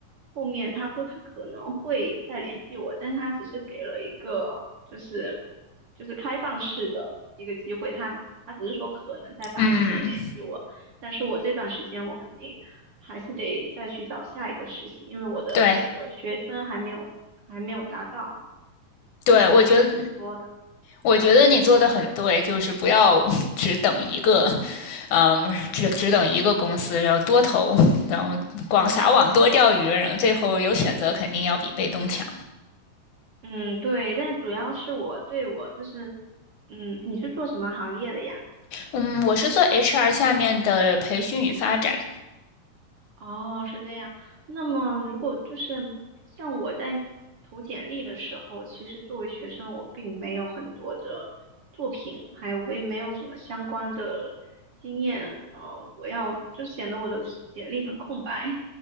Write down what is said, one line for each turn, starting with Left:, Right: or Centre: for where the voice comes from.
Right: 后面他说他可能会再联系我，但是他只是给了一个就是就是开放式的一个机会，他他只是说可能在八月份联系我，
Left: 嗯，
Right: 但是我这段时间我肯定。还是得再去找下一个实习，因为我的那个学分还没有还没有达到，
Left: 对对，
Right: 还是有挺多的。
Left: 我觉得我觉得你做的很对，就是不要 <laughs> 只等一个，嗯，只只等一个公司，然后多投，然后广撒网多钓鱼，然后最后有选择肯定要比被动强。
Right: 嗯，对，但主要是我对我就是，嗯，你是做什么行业的呀？
Left: 嗯，我是做 HR 下面的培训与发展，
Right: 哦，是这样。那么，如果就是像我在投简历的时候，其实作为学生，我并没有很多的作品，还有我也没有什么相关的经验，呃，我要就显得我的简历很空白。